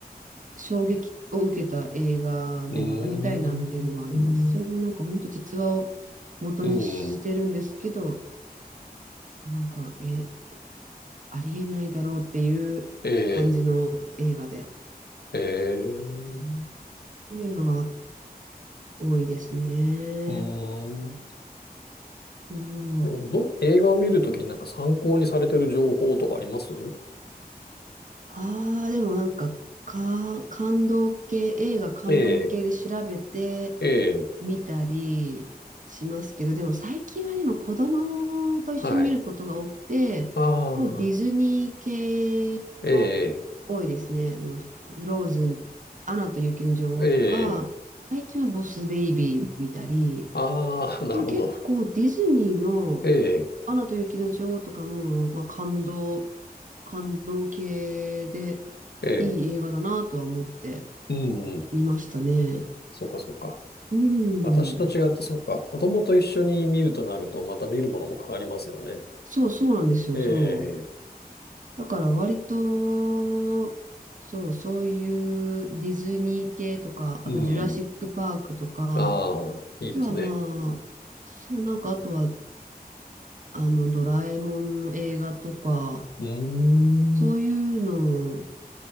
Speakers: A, on the right (about 55°); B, on the left (about 85°).
A: 衝撃を受けた映画でまた見たいなっていうのがあります。
B: ーん、
A: それもなんか本当実話を元にしてるんですけど、
B: うん、
A: なんか、えありえないだろうっていう感じの映画で。
B: えー、えー、
A: うんそういう映画が多いですね。
B: うーん。
A: そう
B: ど、映画を見るときになんか参考にされてる情報とかあります
A: ああ、でもなんか、か、感動系、映画感動系で調べて、
B: ええ、ええ、
A: 見たりしますけど、でも最近はでも子供と一緒に見ることが多くて、
B: はい。ああ、
A: まあ、ディズニー系も
B: ええ。
A: 多いですね。あの、フフローズン、アナと雪の女王とか、
B: ええ。
A: 最近はボスベイビー見たり、
B: ああ、<laughs> なるほど。
A: でも結構ディズニーの
B: ええ、
A: アナと雪の女王とかも、まあ、感動、感動系で
B: ええ。
A: いい映画だなとは思って
B: うん。
A: 見ましたね。
B: そうか、そうか。
A: うん。
B: 私と違って、そうか。子供と一緒に見るとなると、また見るものも変わりますよね。
A: そうそうなんですよ、
B: ええ。
A: そう。だから割と、そう、そういうディズニー系とか、
B: うん。
A: あとジュラシックパークとか、
B: ああ、
A: あ
B: いいですね。
A: とはまあ、そう、なんかあとは、あの、ドラえもんの映画とか、
B: うーん。
A: そういうのを